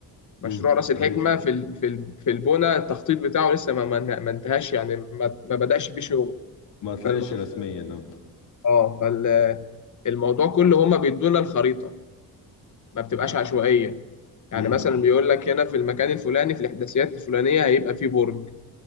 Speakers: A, on the left; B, on the left.
A: مشروع
B: امم
A: رأس الحكمة
B: فلسه
A: في ال- في ال- في البنى التخطيط بتاعه لسه ما ما ما انتهاش يعني ما ما بدأش بيه شغل
B: ما طلعش
A: فالموضوع
B: رسميا اه
A: اه فال- الموضوع كله هما بيدونا الخريطة ما بتبقاش عشوائية يعني
B: امم
A: مثلا بيقول لك هنا في المكان الفلاني في الإحداثيات الفلانية هيبقى فيه برج